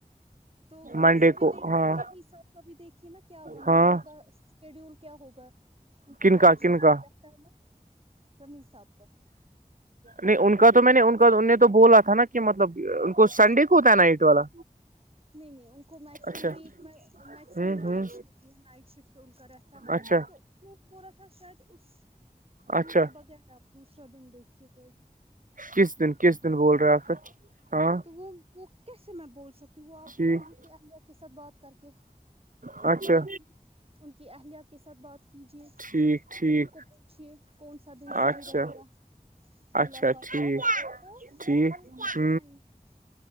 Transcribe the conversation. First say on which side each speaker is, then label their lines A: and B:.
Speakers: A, on the right; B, on the right.
A: تو وہاں
B: منڈے
A: سے
B: کو
A: بھی دیکھیے
B: ہاں
A: رو ساح کا بھی دیکھیے نا کیا بنتا
B: ہاں
A: ہے ان کا شیڈیول کیا ہوگا ان
B: کن
A: کو
B: کا
A: نائٹ
B: کن
A: شفٹ
B: کا
A: ہو جاتا ہے ن رمی صاحب کو
B: نہیں ان کا تو میں نے ان کا ان نے تو بولا تھا نا کہ مطلب ان کو سنڈے
A: جی
B: کو ہوتا ہے نائٹ والا
A: <inaudible> نہیں نہیں ان کو میکسیمم
B: اچھا
A: ویک میں میکسیمم
B: ہوں
A: نائٹس
B: ہوں
A: ہوتی ہے نائٹ شفٹ ان کا رہتا ہے
B: اچھا
A: تو کیوں ب رہا تھا شاید اس دن
B: اچھا
A: کے بغیر آپ دوسرا دن دیکھیے کوئی
B: کس دن کس دن بول رہے پھر ہاں
A: تو وہ وہ کیسے میں بول سکتی ہوں وہ آپ
B: ٹھیک
A: کو انہیں کی اہلیہ کے ساتھ بات کر کے
B: اچھا
A: دیکھیے ان کی اہلیہ کے ساتھ بات کیجے
B: ٹھیک ٹھیک
A: کو پوچھیے کون سا دن صحیح
B: اچھا
A: رہے گا ملاقات
B: اچھا ٹھیک
A: کا وہ
B: ٹھیک
A: پھر وہ
B: ہ
A: آئیں گے